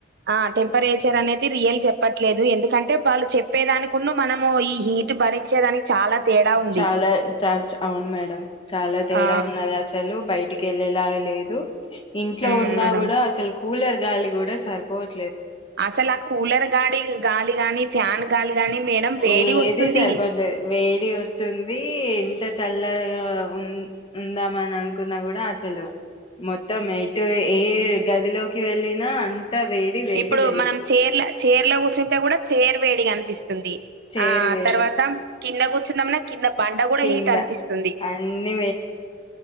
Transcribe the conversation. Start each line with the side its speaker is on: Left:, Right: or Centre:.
Right: ఆ టెంపరేచర్ అనేది రియల్ చెప్ చెప్పట్లేదు ఎందుకంటే వాళ్ళు చెప్పేదానికున్నా మనము ఈ హీట్ భరించేదానికి చాలా తేడా ఉంది
Left: చాలా అవును మేడం చాలా తేడా
Right: ఆ
Left: ఉన్నది అసలు బయట ఇంటికెళ్ళేలాగా లేదు ఇంట్లో
Right: ఉమ్
Left: ఉన్నా
Right: మేడం
Left: కూడా అసలు కూలర్ గాలి కూడా సరిపోవచ
Right: అసలు ఆ కూలర్ గాడి గాలి గాని ఫ్యాన్ గాలి గాని మేడం వేడి
Left: ఏది
Right: వస్తుంది
Left: సరిపడలేదు వేడి వస్తుంది ఎంత చ చల్లగా ఉ ఉందామ అని అనుకున్నా కూడా అసలు మొత్తం ఎటు ఏ గదిలోకి వెళ్ళినా వేడి వేడి
Right: ఇప్పుడు
Left: వేడి
Right: మనం చైర్ చైర్లో కూర్చుంటే కూడా చేరువేడి కనిపిస్తంది ఉంది
Left: చేరు
Right: ఆ
Left: వేడి
Right: తర్వాత కింద కూర్చుందమన కింద బండ కూడా
Left: కింద
Right: హీట్ అనిపిస్తుంది.
Left: అన్ని